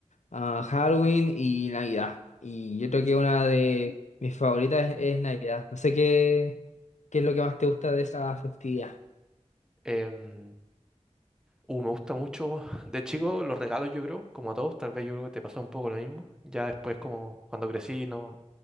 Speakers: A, on the left; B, in the centre.
A: ah, Halloween y Navidad. Y yo creo que una de mis favoritas es, es Navidad. No sé qué, qué es lo que más te gusta de esa festividad.
B: Em, uh, me gusta mucho. <laughs> De chico, los regalos, yo creo, como a todos, tal vez yo creo que te pasó un poco lo mismo. Ya después, como cuando crecí, no,